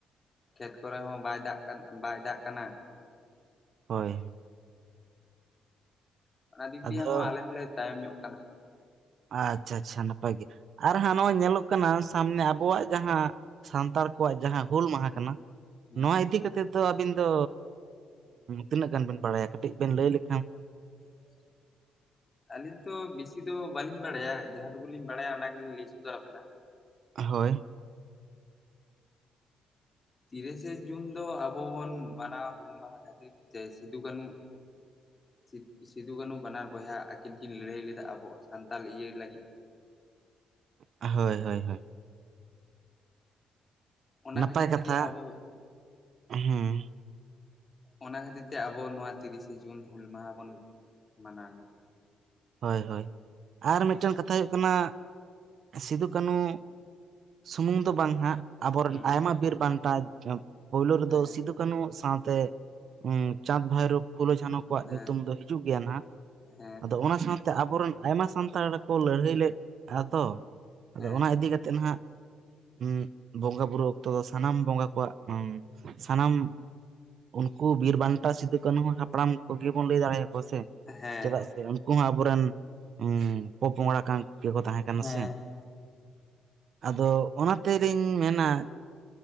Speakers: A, on the left; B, on the right.
A: ᱠᱷᱮᱛ ᱠᱚᱨᱮ ᱦᱚᱸ ᱵᱟᱭ ᱫᱟᱜ ᱠᱟᱱᱟ ᱵᱟᱭ ᱫᱟᱜ ᱠᱟᱱᱟ,
B: ᱦᱳᱭ ᱾
A: ᱚᱱᱟ ᱫᱤᱠ
B: ᱟᱫᱚ
A: ᱫᱤᱭᱮ ᱦᱚᱸ ᱟᱞᱮ ᱦᱚᱸᱞᱮ ᱛᱟᱭᱚᱢ ᱧᱚᱜ ᱠᱟᱱᱟ ᱾
B: ᱟᱪᱪᱷᱟ ᱪᱷᱟ ᱪᱷᱟ ᱱᱟᱯᱟᱭ ᱜᱮ, ᱟᱨ ᱦᱟᱸᱜ ᱱᱚᱜᱼᱚᱭ ᱧᱮᱞᱚᱜ ᱠᱟᱱᱟ ᱥᱟᱢᱱᱮ ᱟᱵᱚᱣᱟᱜ ᱡᱟᱦᱟᱸ ᱥᱟᱱᱛᱟᱲ ᱠᱚᱣᱟᱜ ᱡᱟᱦᱟᱸ ᱦᱩᱞ ᱢᱟᱦᱟ ᱠᱟᱱᱟ
A: ᱦᱩᱸ
B: ᱱᱚᱣᱟ ᱤᱫᱤ ᱠᱟᱛᱮᱫ ᱫᱚ ᱟᱹᱵᱤᱱ ᱫᱚ ᱛᱤᱱᱟᱹᱜ ᱜᱟᱱ ᱵᱤᱱ ᱵᱟᱲᱟᱭᱟ ᱠᱟᱹᱴᱤᱡ ᱵᱮᱱ ᱞᱟᱹᱭ ᱞᱮᱠᱷᱟᱱ
A: <inaudible> ᱟᱹᱞᱤᱧ ᱛᱚ ᱵᱮᱥᱤ ᱫᱚ ᱵᱟᱹᱞᱤᱧ ᱵᱟᱲᱟᱭᱟ, ᱡᱟᱦᱟᱸ ᱴᱩᱠᱩ ᱞᱤᱧ ᱵᱟᱲᱟᱭᱟ ᱚᱱᱟ ᱜᱮᱞᱤᱧ ᱞᱮ ᱥᱚᱫᱚᱨ ᱟᱵᱮᱱᱟ᱾
B: ᱦᱳᱭ᱾
A: ᱛᱤᱨᱤᱥᱮ ᱡᱩᱱ ᱫᱚ ᱟᱵᱚ ᱵᱚᱱ ᱢᱟᱱᱟᱣ ᱦᱩᱞ ᱢᱟᱦᱟ ᱠᱷᱟᱹᱛᱤᱨ ᱡᱮ ᱥᱤᱫᱩ ᱠᱟᱹᱱᱩ ᱥᱤᱫ ᱥᱤᱫᱩ ᱠᱟᱹᱱᱩ ᱵᱟᱱᱟᱨ ᱵᱚᱭᱦᱟ ᱟᱹᱠᱤᱱ ᱠᱤᱱ ᱞᱟᱹᱨᱦᱟᱹᱭ ᱞᱮᱫᱟ ᱟᱵᱚ ᱥᱟᱱᱛᱟᱞ ᱤᱣᱟᱹ ᱞᱟᱹᱜᱤᱛ,
B: ᱦᱳᱭ ᱦᱳᱭ ᱦᱳᱭ᱾
A: ᱚᱱᱟ
B: ᱱᱟᱯᱟᱭ
A: ᱠᱷᱟᱹᱛᱤᱨ ᱛᱮᱜᱤ
B: ᱠᱟᱛᱷᱟ
A: ᱟᱵᱚ
B: ᱦᱩᱸ
A: ᱚᱱᱟ ᱠᱷᱟᱹᱛᱤᱨ ᱛᱮ ᱟᱵᱚ ᱱᱚᱣᱟ ᱛᱤᱨᱤᱥᱮ ᱡᱩᱱ ᱦᱩᱞ ᱢᱟᱦᱟᱸ ᱵᱚᱱ ᱢᱟᱱᱟᱣᱟ᱾
B: ᱦᱳᱭ ᱦᱳᱭ ᱟᱨ ᱢᱤᱫᱴᱟᱝ ᱠᱟᱛᱷᱟ ᱦᱚᱭᱩᱜ ᱠᱟᱱᱟ ᱥᱤᱫᱩ ᱠᱟᱹᱱᱩ ᱥᱩᱢᱩᱝ ᱫᱚ ᱵᱟᱝ ᱦᱟᱸᱜ, ᱟᱵᱚᱨᱮᱱ
A: ᱦᱩᱸ
B: ᱟᱭᱢᱟ ᱵᱤᱨ ᱵᱟᱱᱴᱟ ᱯᱳᱭᱞᱳ ᱨᱮᱫᱚ
A: ᱦᱮᱸ
B: ᱥᱤᱫᱩ ᱠᱟᱹᱱᱩ ᱥᱟᱶᱛᱮ ᱦᱩᱸ ᱪᱟᱸᱫᱽ, ᱵᱷᱟᱭᱨᱳᱵ ᱯᱷᱩᱞᱳ, ᱡᱷᱟᱱᱚ ᱠᱚᱣᱟᱜ
A: ᱦᱮᱸ
B: ᱧᱩᱛᱩᱢ ᱫᱚ ᱦᱤᱡᱩᱜ ᱜᱮᱭᱟ ᱱᱟᱸᱦᱜ
A: ᱦᱮᱸ
B: ᱟᱫᱚ ᱚᱱᱟ ᱥᱟᱶᱛᱮ ᱟᱵᱚᱨᱮᱱ ᱟᱭᱢᱟ ᱥᱟᱱᱛᱟᱲ ᱠᱚ ᱞᱟᱹᱲᱦᱟᱹᱭ ᱞᱮᱫ ᱟ ᱛᱚ, ᱟᱫᱚ
A: ᱦᱮᱸ
B: ᱚᱱᱟ ᱤᱫᱤ ᱠᱟᱛᱮᱛ ᱱᱟᱦᱟᱸᱜ ᱩᱸᱜ ᱵᱚᱸᱜᱟ ᱵᱩᱨᱩ ᱚᱠᱛᱚ ᱫᱚ ᱥᱟᱱᱟᱢ ᱵᱚᱸᱜᱟ ᱠᱚᱣᱟᱜ ᱩᱸ ᱥᱟᱱᱟᱢ ᱩᱱᱠᱩ ᱵᱤᱨᱼᱵᱟᱱᱴᱟ ᱥᱤᱫᱩ ᱠᱟᱱᱩ ᱦᱟᱯᱲᱟᱢ ᱠᱚᱜᱮ ᱵᱚᱱ ᱞᱮ ᱫᱟᱲᱮᱭᱟᱠᱚᱣᱟ ᱥᱮ,
A: ᱦᱮᱸ
B: ᱪᱮᱫᱟᱜ ᱥᱮ ᱩᱱᱠᱩ ᱦᱚᱸ ᱟᱵᱚᱨᱮᱱ ᱩᱸ ᱯᱳᱼᱯᱚᱝᱲᱟ ᱠᱟᱱ ᱜᱮᱠᱚ ᱛᱟᱦᱮᱸ ᱠᱟᱱᱟ
A: ᱦᱮᱸ
B: ᱥᱮ? ᱟᱫᱚ ᱚᱱᱟ ᱛᱮᱨᱤᱧ ᱢᱮᱱᱟ